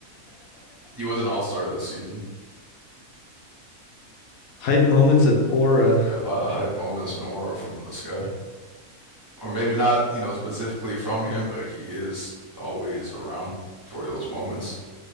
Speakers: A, on the right; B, on the left.
A: He was an all-star this season.
B: <laughs> Hype moments and aura.
A: Yeah, a lot of hype moments and aura from this guy. Or maybe not, you know, specifically from him, but he is always around for those moments.